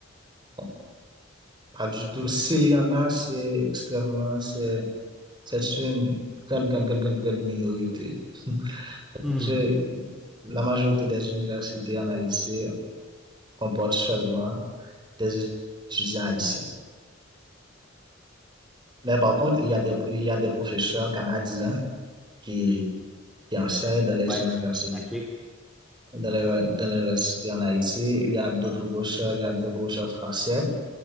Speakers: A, on the right (about 25°); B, in the centre.
A: bon, pas du tout. S'il y en a, c'est extrêmement, c'est, c'est une grande, grande, grande, grande, grande minorité. <laughs>
B: Hmm,
A: Je- la majorité des universités en Haïti comportent seulement des étudiants haïtiens. Mais par contre, il y a des, il y a des professeurs canadiens qui, qui enseignent dans les
B: ouais,
A: universités.
B: ok,
A: de la- de l'université en Haïti. Il y a d'autres brochures, il y a des brochures français